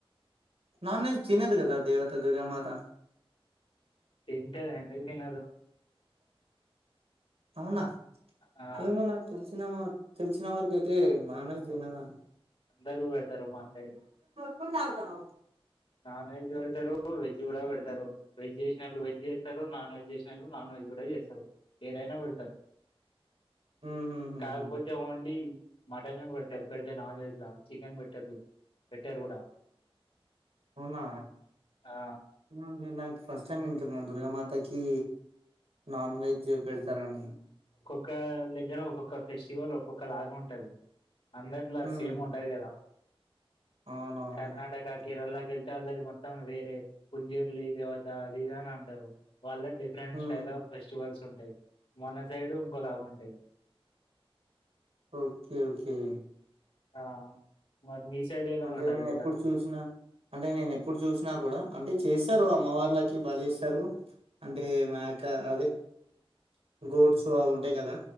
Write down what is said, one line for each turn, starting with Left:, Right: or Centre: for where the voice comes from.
Right: నాన్వెజ్ తినదు కదా దేవతా దుర్గ మాత
Left: తింటది ఎందుకు తినదు
Right: అవునా
Left: ఆ
Right: ఏమో నాకు తెలిసిన తెలిసిన వరకయితే నాన్వెజ్ తినదు.
Left: దరుగు <unintelligible> దూరమా సై
Right: నూతాగుతావ్
Left: నాన్ వెజ్ పెడతారు వెజ్ కూడా పెడతారు వెజ్ చేసినోళ్లు వెజ్ చేస్తారు నాన్ వెజ్ చేసినోళ్లు నాన్ వెజ్ కూడా చేస్తారు ఏదైనా పెడతారు.
Right: ఉహుహుహు
Left: కాకపోతే ఓన్లీ మటన్ పెడతారు పెడితే నాన్ వెజ్లా చికెన్ పెట్టదు పెట్టారు కూడా
Right: అవునా
Left: ఆ
Right: <unintelligible> ఫస్ట్ టైమ్ వింటున్నాను దుర్గామాతకి నాన్ వెజ్ పెడతారనేది
Left: ఒక్క దగ్గర ఒక్కొక్క ఫెస్టివల్ ఒక్కొక్క లాగా ఉంటది అందట్లా
Right: ఉమ్
Left: సేమ్ ఉండదు కదా
Right: అవునవును
Left: కర్ణాటక కేరళ <unintelligible> వాళ్ళది మొత్తం వేరే కుంజూర్లి దేవత అదిదాని అంటారు. వాళ్ళ డిఫరెంషా
Right: ఉమ్
Left: లో బెస్ట్ కల్సి ఉంటాయి మన సైడ్ ఇంకో లాగా ఉంటాయి.
Right: ఓకే ఓకే
Left: ఆ మరి మీ సైడ్ ఎలా
Right: అంటే
Left: ఉంటది
Right: నేను ఎప్పుడు
Left: దసరా?
Right: చూసినా అంటే నేను ఎప్పుడు చూసినా కూడా అంటే చేస్తారు అమ్మవళ్ళకి బలి ఇస్తారు అంటే మా కా అదే గోట్స్ కవల టె కదా